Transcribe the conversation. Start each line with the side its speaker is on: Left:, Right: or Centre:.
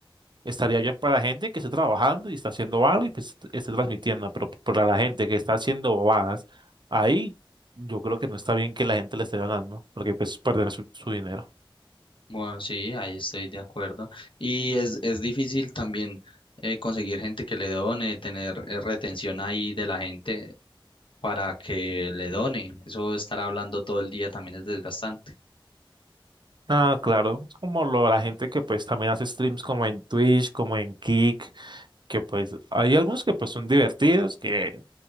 Right: estaría bien para la gente que esté trabajando y está haciendo algo y pues esté transmitiendo, pero p- para la gente que está haciendo bobadas, ahí yo creo que no está bien que la gente le esté donando, porque pues perder su su dinero.
Left: Bueno, sí, ahí estoy de acuerdo. Y es, es difícil también eh, conseguir gente que le done, tener eh, retención ahí de la gente para que le done. Eso estar hablando todo el día también es desgastante.
Right: Ah, claro, es como lo, la gente que pues también hace streams como en Twitch, como en Kick, que pues hay algunos que pues son divertidos, que